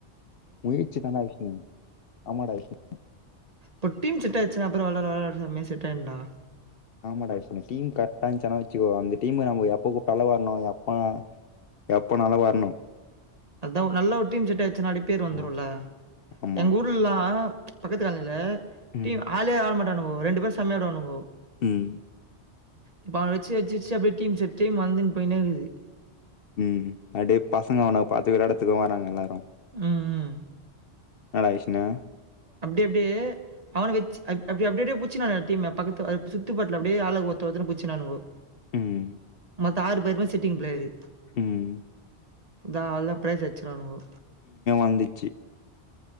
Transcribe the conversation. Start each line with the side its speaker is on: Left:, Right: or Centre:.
Left: முயற்சி பண்ணாதீங்க ஆமாடா விஷ்ணு
Right: ப்ப டீம் செட்டாயிச்சுனா அப்புறோ வெள்ளாரா வெளாரா செம்யா செட்டாயிடுண்டா
Left: ஆமா டா விஷ்ணு டீம் கர்ட்டா இருந்துச்சானா வச்சுக்கோ அந்த டீமு நம் எப்போ கூப்பிட்டாலு வர்ணு எப்பானா எப்பனாலு வர்ணும்
Right: அத்த ஒரு நல்ல ஒரு டீம் செட்டாய்ச்சுனா அப்டி பேர் வந்துருல்ல
Left: ஆ ஆமா
Right: எங்க ஊர் புல்லா பக்கத்து கடையில
Left: ம்
Right: டீம் ஆளே ஆட மாட்டானுவோ ரெண்டு பேரு செம்யா ஆடுவானுங்கோ
Left: ம்
Right: இப்போ அவ வெச்சு வெச்சு அப்டியே டீம் செட் வந்துன்னு போயின்னேகிது
Left: ம் அப்டியே பசங்க அவன பாத்துக்குற எடத்துக்கு வராங்க எல்லாரு
Right: ம்
Left: ன்னாடா விஷ்ணு
Right: அப்டி அப்டியே அவனை வெச்சி அப் அப்டிஅப்டியே புச்சுனானுங்கட டீமே பக்கத்து சுத்து பட்டுல அப்டியே ஆளு ஓத்து ஓத்துன்னு புச்சிநானுவோ
Left: ம்
Right: மொத்த ஆறு பேருமே சிட்டிங் பிளேயரு
Left: ம்
Right: தா அவ்ள்தா பிரைஸ் அடிச்சிருவானுவோ
Left: வந்திச்சி